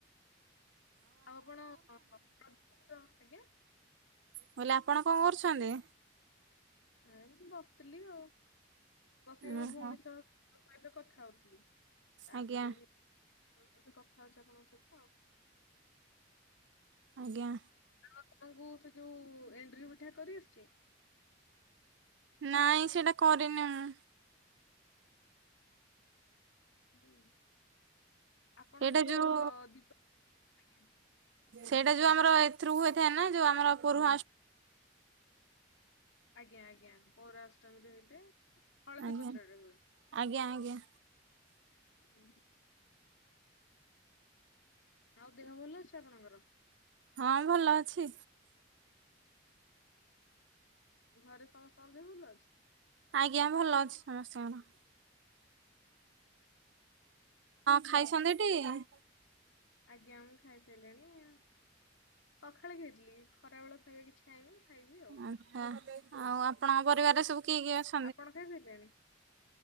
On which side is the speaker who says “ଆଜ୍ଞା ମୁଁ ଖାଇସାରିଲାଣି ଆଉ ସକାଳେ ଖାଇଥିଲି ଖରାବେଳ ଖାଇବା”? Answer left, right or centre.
Left